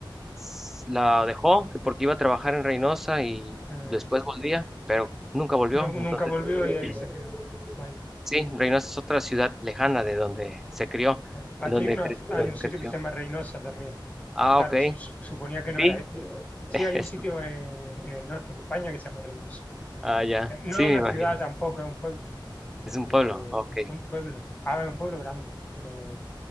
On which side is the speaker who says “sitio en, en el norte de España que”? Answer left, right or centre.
Left